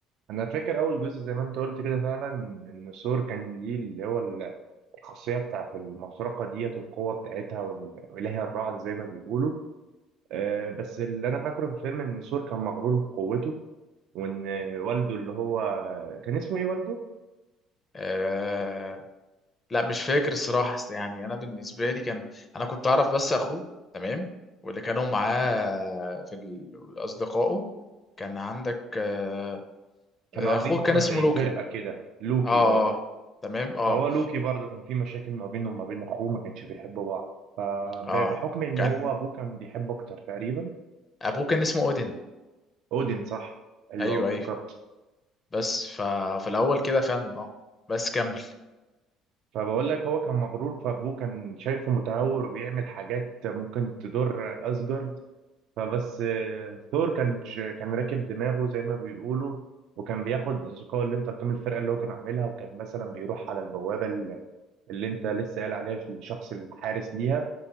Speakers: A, on the right (about 70°); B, on the left (about 30°).
A: أنا فاكر أول جزء زي ما أنت قلت كده فعلا إن سور كان ليه اللي هو الخاصية بتاعت المسرقة ديت والقوة بتاعتها وال- وإلهي الرعد زي ما بيقولوا آه، بس اللي أنا فاكره في الفيلم إن سور كان مغرور بقوته وإن والده اللي هو كان اسمه إيه والده؟
B: آه، لا مش فاكر الصراحة بس يعني أنا بالنسبة لي كان أنا كنت أعرف بس أخوه تمام واللي كانوا معاه في ال- أصدقائه كان عندك آه،
A: كانوا
B: أخوه
A: عاملين هما
B: كان اسمه
A: زي
B: لوكي
A: فرقة كده لوكي
B: اه
A: أه
B: اه تمام اه
A: فهو لوكي برضه كان في مشاكل ما بينه وما بين أخوه ما كانش بيحبوا بعض فبحكم
B: اه
A: إن
B: كان
A: هو أبوه كان بيحبه أكتر تقريبا
B: أبوه كان اسمه أودين
A: أودين صح؟ أيوه
B: أيوه
A: افتكرت
B: أيوه بس ففي الأول كده فعلا اه بس كمل
A: فبقول لك هو كان مغرور فابوه كان شايفه متهور وبيعمل حاجات ممكن تضر اسجارد فبس آه، ثور كان ش- كان راكب دماغه زي ما بيقولوا وكان بياخد اصدقائه اللي انت قلت لهم الفرقه اللي هو كان عاملها وكان مثلا بيروح على البوابه ال- اللي انت لسه قايل عليها في الشخص الحارس ليها